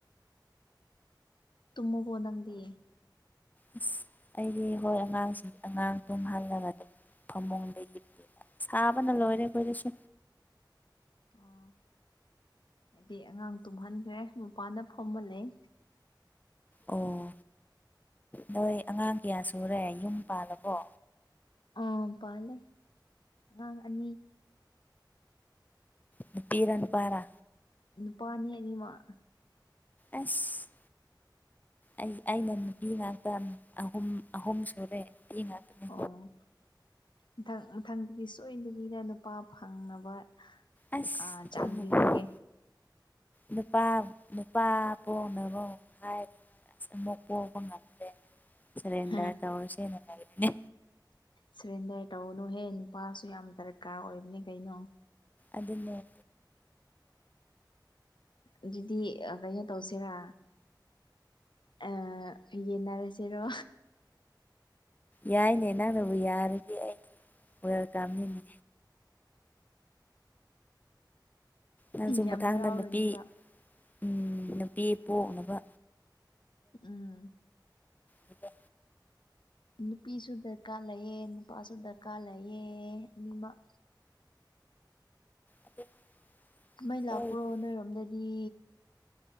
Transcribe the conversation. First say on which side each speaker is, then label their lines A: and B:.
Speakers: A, on the left (about 85°); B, on the left (about 20°).
A: ꯇꯨꯝꯃꯕꯣ ꯅꯪꯗꯤ
B: ꯑꯁ ꯑꯩꯗꯤ ꯍꯣꯏ ꯑꯉꯥꯡꯁꯤꯡ ꯑꯉꯥꯡ ꯇꯨꯝꯍꯜꯂꯒ ꯑꯗꯨꯝ ꯐꯃꯨꯡꯗ ꯍꯤꯞ ꯁꯥꯕꯅ ꯂꯣꯏꯔꯦ
A: ꯑꯣ
B: ꯑꯈꯣꯏꯗꯁꯨ
A: ꯑꯥ ꯑꯩꯗꯤ ꯑꯉꯥꯡ ꯇꯨꯝꯍꯟꯈ꯭ꯔꯦ ꯃꯄꯥꯟꯗ ꯐꯝꯃ ꯂꯩ
B: ꯑꯣ ꯅꯣꯏ ꯑꯉꯥꯡ ꯀꯌꯥ ꯁꯨꯔꯦ ꯌꯨꯝ ꯄꯥꯜꯂꯕꯣ
A: ꯑ ꯄꯜꯂꯦ ꯑꯉꯥꯡ ꯑꯅꯤ
B: ꯅꯨꯄꯤꯔ ꯅꯨꯄꯥꯔ
A: ꯅꯨꯄꯥꯅꯦ ꯑꯅꯤꯃꯛ
B: ꯑꯁ ꯑꯩ ꯑꯩꯅ ꯅꯨꯄꯤ ꯉꯥꯛꯇ ꯑꯍꯨꯝ ꯑꯍꯨꯝ ꯁꯨꯔꯦ ꯅꯨꯄꯤ ꯉꯥꯛꯇꯅꯦ
A: ꯑꯣ ꯃꯊꯪ ꯃꯊꯪꯗꯗꯤ ꯁꯣꯏꯗꯕꯤꯗ ꯅꯨꯄꯥ ꯐꯪꯅꯕ
B: ꯑꯁ
A: ꯑꯥ
B: ꯈꯨꯝꯃꯨ
A: ꯆꯥꯟꯕꯤꯔꯒꯦ
B: ꯈꯨꯝꯃꯨ ꯅꯨꯄꯥ ꯅꯨꯄꯥ ꯄꯣꯛꯅꯕ ꯑꯃꯨꯛ ꯍꯥꯏꯔꯤ ꯑꯁ ꯑꯃꯨꯛ ꯄꯣꯛꯄ ꯉꯝꯗ꯭ꯔꯦ ꯁꯔꯦꯟꯗꯔ
A: ꯍꯥꯍꯥ
B: ꯇꯧꯔꯁꯦꯅ ꯍꯥꯏꯕꯅꯦ
A: ꯁꯔꯦꯟꯗꯔ ꯇꯧꯅꯨꯍꯦ ꯅꯨꯄꯥꯁꯨ ꯌꯥꯝ ꯗꯔꯀꯥꯔ ꯑꯣꯏꯕꯅꯦ ꯀꯩꯅꯣ
B: ꯑꯗꯨꯅꯦ
A: ꯑꯗꯨꯗꯤ ꯑꯥ ꯀꯩꯅꯣ ꯇꯧꯁꯤꯔ ꯑꯥ ꯌꯦꯟꯅꯔꯁꯦꯔꯣ
B: ꯌꯥꯏꯅꯦ ꯅꯪꯅꯕꯨ ꯌꯥꯔꯗꯤ ꯑꯩꯗꯤ ꯋꯦꯜꯀꯝꯅꯤꯅꯦ ꯅꯪꯁꯨ
A: ꯌꯥꯝ
B: ꯃꯊꯥꯡꯗ
A: ꯍꯔꯥꯎꯔꯅꯦꯕ
B: ꯅꯨꯄꯤ ꯎꯝ ꯅꯨꯄꯤ ꯄꯣꯛꯅꯕ
A: ꯎꯝ꯫
B: ꯗꯨꯒꯥ
A: ꯅꯨꯄꯤꯁꯨ ꯗꯔꯀꯥꯔ ꯂꯩꯌꯦ ꯅꯨꯄꯥꯁꯨ ꯗꯔꯀꯥꯔ ꯂꯩꯌꯦ ꯑꯅꯤꯃꯛ
B: <inaudible>
A: ꯃꯩ
B: ꯏꯁꯣꯔꯒꯤ
A: ꯂꯥꯛꯄ꯭ꯔꯣ ꯅꯣꯏꯔꯣꯝꯗꯗꯤ